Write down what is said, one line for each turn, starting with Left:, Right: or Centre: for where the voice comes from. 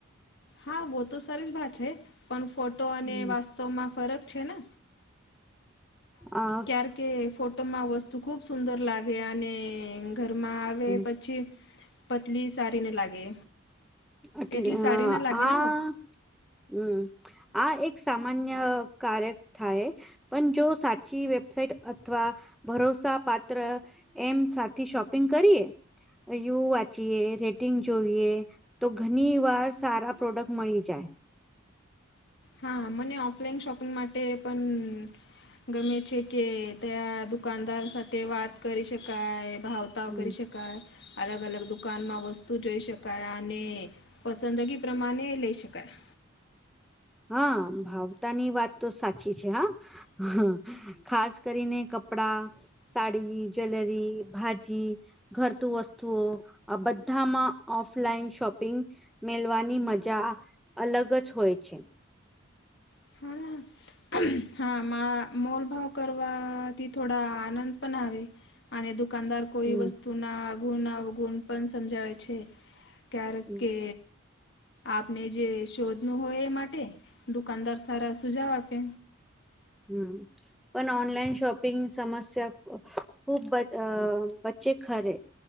Left: હા બહ તો સરારી જ વાત છે પણ ફોટો અને
Centre: હમ.
Left: વાસ્તવમાં ફરક છે ને.
Centre: આ
Left: કારકે ફોટોમાં વસ્તુ ખુબ સુંદર લાગે અને ઘરમાં આવે
Centre: હમ,
Left: પછી. પતલી સારીને લાગે
Centre: એટલે
Left: એટલી
Centre: અ,
Left: સારી ના લાગે
Centre: આ
Left: ને હો.
Centre: હમ આ એક સામાન્ય કારક થાય. પણ જો સાચી વેબસાઇટ અથવા ભરોસા પત્ર એમ સાથે શોપિંગ કરીએ યુ વાંચીએ રેડ. ફટિંગ જોઈએ તો ઘણી વાર સારા પ્રોડક્ટ મળી જાય
Left: હા મને ઓફલાઈન શોપિંગ માટે પણ ગમે છે કે ત્યાં દુકાનદાર સાથે વાત કરી શકાય ભાવ
Centre: હમ
Left: કરી શકાય અલગ અલગ દુકાનમાં વસ્તુ તું જોઈ શકાય અને પસંદગી પ્રમાણે લઈ શકાય
Centre: હા ભાવતા ની વાત તો સાચી છે હા હ ખાસ કરીને કપડા સાડી જ્વેલરી ભાજી ઘરતું વસ્તુઓ આ બધામાં ઓફલાઈન શોપિંગ મેલવાની મજા અલગ જ હોય છે
Left: હાણા હા મા મોલ ભાવ કરવાથી થોડા આનંદ પણ આવે અને દુકાનદાર કોઈ
Centre: હમ
Left: વસ્તુના અગુણ અવગુણ પણ સમજાવે છે ક્યારે
Centre: હમ
Left: કે આપને જે શોધનું હોય એ માટે દુકાનદાર સારા સુજાવ આપે
Centre: હમ પણ ઓનલાઈન શોપિંગ સમસ્યા ખૂબ વચ્ચે ખરે